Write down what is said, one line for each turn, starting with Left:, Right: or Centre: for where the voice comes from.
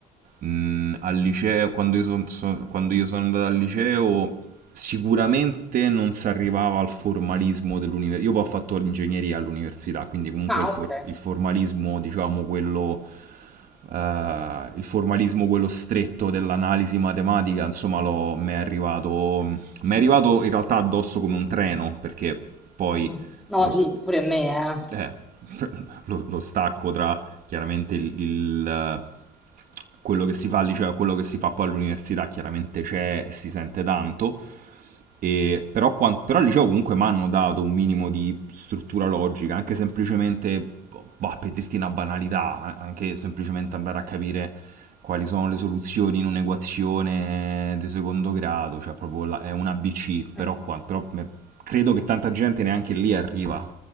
Right: Mm, al liceo, quando io, son- so- quando io sono andato al liceo, sicuramente non si arrivava al formalismo dell'università. Io poi ho fatto l'ingegneria all'università, quindi comunque
Centre: Ah,
Right: il,
Centre: okay.
Right: for- il formalismo, diciamo, quello... eh, il formalismo, quello stretto dell'analisi matematica, insomma, l'ho- mi è arrivato, mi è arrivato in realtà addosso come un treno, perché poi
Centre: Mh. No,
Right: lo
Centre: sì,
Right: s-
Centre: pure a me,
Right: eh, lo, lo stacco tra chiaramente il, il, quello che si fa al liceo e quello che si fa poi all'università chiaramente c'è e si sente tanto. E però, quan- però al liceo comunque mi hanno dato un minimo di struttura logica, anche semplicemente, boh, per dirti una banalità, anche semplicemente andare a capire quali sono le soluzioni in un'equazione di secondo grado, cioè proprio la- è un ABC, però,
Centre: eh. Eh.
Right: qua- però me- credo che tanta gente neanche lì arriva,